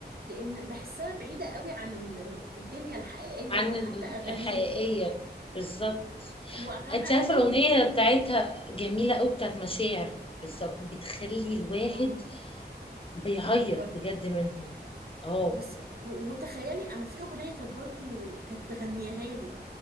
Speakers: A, on the right; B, on the left.
A: لأن بحسها بعيدة أوي عن ال- الدنيا الحقيقية
B: عن
A: أو حتى أغانيه
B: الحقيقية بالظبط
A: وأغاني
B: انت
A: أغانيه
B: عارفة الأغنية بتاعتها جميلة أوي بتاعت مشاعر بالظبط بتخلي الواحد
A: اه
B: بيعيط
A: بحبها
B: بجد منها اه
A: بس و- وتخيلي انا في اغنيه كانت برضو كانت بغنيها له